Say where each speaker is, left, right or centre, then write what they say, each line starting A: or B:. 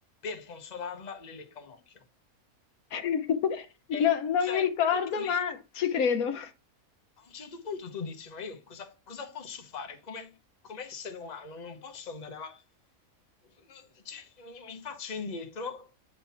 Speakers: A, on the left; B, on the left.
A: per consolarla, le lecca un occhio.
B: <laughs>
A: E,
B: No, non
A: cioè,
B: mi ricordo,
A: e io lì
B: ma ci credo.
A: a un certo punto tu dici, ma io cosa, cosa posso fare? Come, come essere umano non posso andare avanti. No, Cioè, mi, mi faccio indietro,